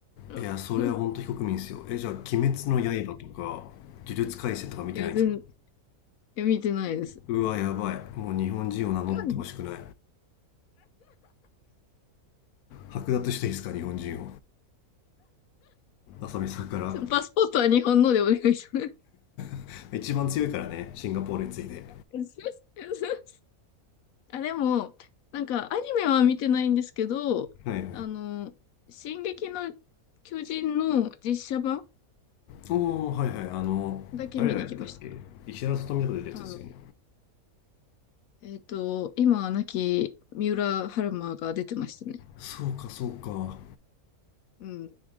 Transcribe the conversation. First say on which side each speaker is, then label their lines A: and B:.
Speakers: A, on the left; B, on the left.
A: <laughs>
B: いやそれは本当非国民ですよえじゃあ「鬼滅の刃」とか「呪術廻戦」とか見てないんですか
A: いや、全、いや、見てないです。
B: うわやばいもう日本人を名乗ってほしくない
A: うん
B: 剥奪していいですか日本人を浅見さんから
A: ちょっとパスポートは日本のでお願いします。
B: <laughs> 一番強いからねシンガポールに次いで
A: <laughs> あ、でも、なんか、アニメは見てないんですけど、
B: はいはい
A: あの、進撃の巨人の実写版
B: おおはいはいあの誰がやったっけ石原さとみとか出るやつですよね
A: だけ見に行きました。あの、えっと、今は亡き三浦春馬が出てましたね。
B: そうかそうか
A: うん。